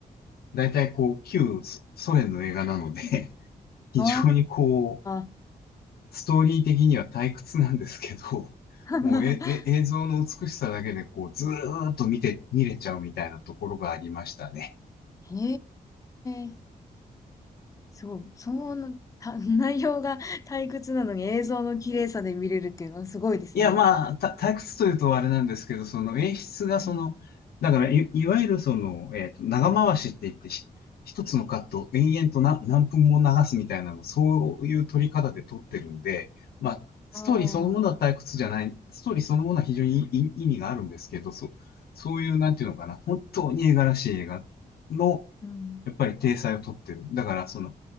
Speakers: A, on the left; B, on the left.
A: 大体こう、旧ソソ連の映画なので、<laughs> 非常にこ
B: ああ。
A: ストーリー的には退屈なんですけど、<laughs>
B: <laughs>
A: もうえ、え、映像の美しさだけでこう、ずーっと見て、見れちゃうみたいなところがありましたね。
B: へえ。そう、その、<laughs> た内容が <laughs> 退屈なのに映像の綺麗さで見れるっていうのはすごいですね。
A: いや、まあ、た退屈というとあれなんですけど、その演出がその、
B: うん。
A: だからい、いわゆるその、えっと、長回しって言ってひ、一つのカットを延々と何、何分も流すみたいなの、そういう撮り方で撮ってるんで、まあ、ストーリーそのものは退屈じゃない、
B: ああ、
A: ストーリーそのものは非常に意意味があるんですけど、そう、そういう、なんていうのかな、本当に絵柄らしい映画の、
B: うん、
A: やっぱり体裁をとってる。だから、その、